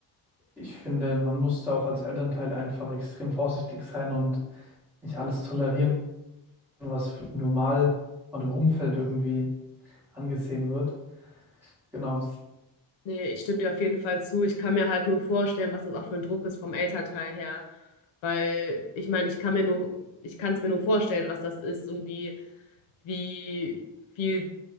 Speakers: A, in the centre; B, on the left.
A: ich finde, man muss da auch als Elternteil einfach extrem vorsichtig sein und nicht alles
B: ja.
A: tolerieren, was normal von dem Umfeld irgendwie angesehen wird. Genau.
B: Nee, ich stimme dir auf jeden Fall zu. Ich kann mir halt nur vorstellen, was das auch für ein Druck ist vom Elternteil her. Weil ich meine, ich kann mir nur, ich kann es mir nur vorstellen, was das ist und wie wie viel